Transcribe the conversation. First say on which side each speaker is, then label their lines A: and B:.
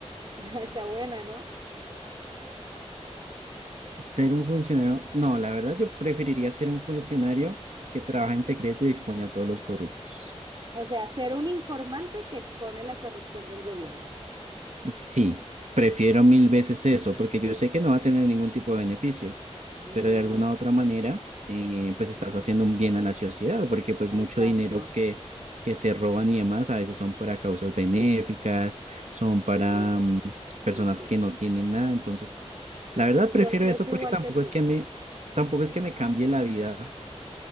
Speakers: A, on the right; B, on the right.
A: <laughs> Está buena, ¿no?
B: Ser un funcionario. No, la verdad yo preferiría ser un funcionario que trabaja en secreto y expone a todos los corruptos.
A: O sea, ser un informante que expone la corrupción del gobierno.
B: Sí, prefiero mil veces eso, porque yo sé que no va a tener ningún tipo de beneficio.
A: Mm,
B: pero de alguna otra manera, eh, pues estás haciendo un bien a la sociedad, porque pues
A: exacto.
B: mucho dinero que, que se roban y demás a veces son para causas benéficas, son para
A: Sí,
B: mm,
A: sí,
B: personas
A: sí,
B: que
A: sí.
B: no tienen nada, entonces la verdad
A: Yo
B: prefiero
A: pienso
B: eso porque
A: igual
B: tampoco
A: que tú.
B: es que me, tampoco es que me cambie la vida,